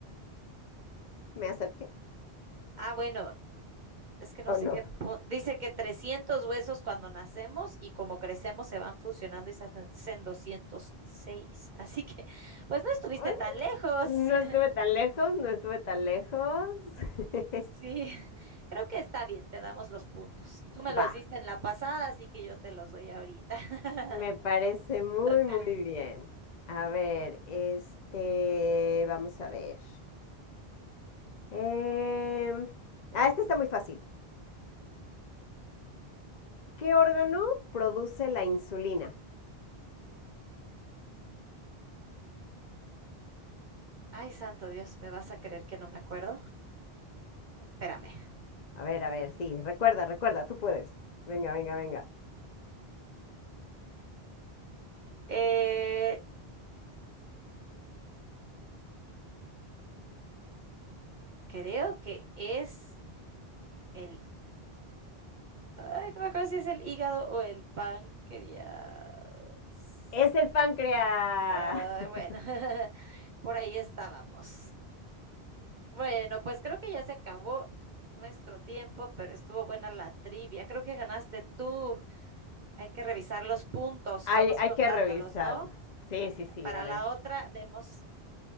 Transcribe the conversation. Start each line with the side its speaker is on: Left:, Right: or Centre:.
Left: ¿Me acerqué
Right: Ah, bueno, es que no
Left: o
Right: sé
Left: no?
Right: qué, po- dice que 300 huesos cuando nacemos y como crecemos se van fusionando y se hacen 206. <laughs> Así que, pues no estuviste
Left: <laughs>
Right: tan lejos.
Left: No
Right: <laughs>
Left: estuve tan lejos, no estuve tan lejos. <laughs>
Right: Sí, creo que está bien, te damos los puntos. Tú me los
Left: Va,
Right: diste en la pasada, así que yo te los doy ahorita. <laughs>
Left: me parece muy,
Right: Toca.
Left: muy bien. A ver, este, vamos a ver. Em, ah, este está muy fácil. ¿Qué órgano produce la insulina?
Right: Ay, santo Dios, ¿me vas a creer que no me acuerdo? Espérame.
Left: A ver, a ver, sí, recuerda, recuerda, tú puedes. Venga, venga, venga.
Right: Eh, creo que es el... Ay, no me acuerdo si es el hígado o el páncreas.
Left: Es el páncreas.
Right: Ay,
Left: <laughs>
Right: bueno, <laughs> por ahí estábamos. Bueno, pues creo que ya se acabó nuestro tiempo, pero estuvo buena la trivia. Creo que ganaste tú. Hay que revisar los puntos.
Left: Hay,
Right: Vamos
Left: hay
Right: contándolos,
Left: que revisarlo.
Right: ¿no?
Left: Sí, sí, sí,
Right: Para
Left: a ver.
Right: la otra vemos